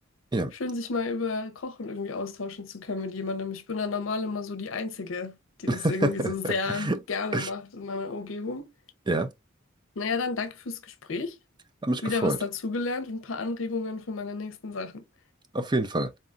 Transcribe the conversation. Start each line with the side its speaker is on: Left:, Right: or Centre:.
Right: Ja.
Left: Schön, sich mal über Kochen irgendwie austauschen zu können mit jemandem. Ich bin da normal immer so die Einzige, die
Right: <laughs>
Left: das irgendwie so sehr gerne macht in meiner Umgebung.
Right: Ja,
Left: Naja, dann danke fürs Gespräch.
Right: hat mich
Left: Wieder
Right: gefreut.
Left: was dazugelernt und ein paar Anregungen für meine nächsten Sachen.
Right: Auf jeden Fall.